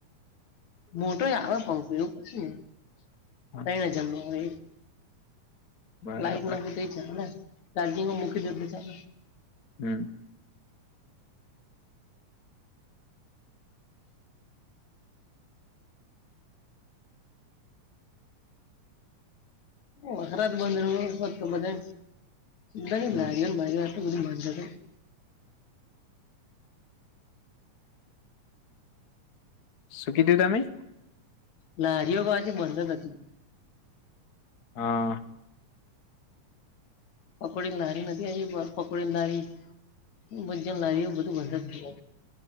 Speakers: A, on the left; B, on the left.
A: મોટો આવે પંખો એવું કશુંય નહીં,
B: હા,
A: તયન હજાર નો આવે એ
B: બરાબર
A: લાઈટ ના હોય તોય ચાલે ચાર્જિંગમાં મુકી દો તો ચાલે
B: હમ્મ.
A: ઓ વરસાદ બંધ રહ્યો હોત તો બધા ધાણ
B: હમ
A: લારીઓને ભરીયો આટલું બધું બંધ શેત
B: શું કીદું તમે
A: લારીઓ બધી બંધ જ હતી.
B: હા.
A: પકોડીને લારી નથી આવી, પકોડીને લારી <unintelligible> જેમ લારીઓ બધું બંધ જ થય